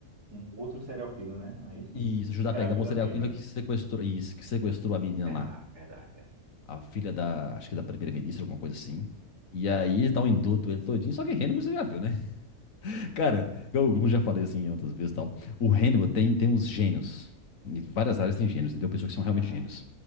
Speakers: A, on the right; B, on the left.
A: um outro serial killer, né? Não é isso?
B: e isso ajuda a
A: É
B: pegar
A: a ajuda
B: um serial
A: dele,
B: killer
A: né?
B: que sequestrou, isso, que sequestrou a menina
A: Verdade,
B: lá,
A: verdade. verdade.
B: a filha da, acho que da primeira-ministra, alguma coisa assim. E aí dá um induto ele todinho, só que Hannibal você já viu, né? Cara, eu, como já falei assim outras vezes e tal, o Hannibal tem, tem uns gênios. Em várias áreas tem gênios, entendeu? Pessoas que são realmente
A: Aham.
B: gênios.